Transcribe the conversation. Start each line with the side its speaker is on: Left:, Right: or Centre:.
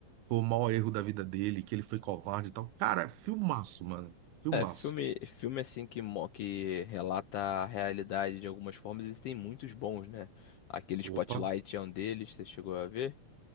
Right: foi o maior erro da vida dele, que ele foi covarde e tal. Cara, é filmaço, mano. Filmaço.
Left: É, filme, filme assim que, mo- que relata a realidade de algumas formas, existem muitos bons, né? Aquele Spotlight
Right: Opa,
Left: é um deles, você chegou a ver?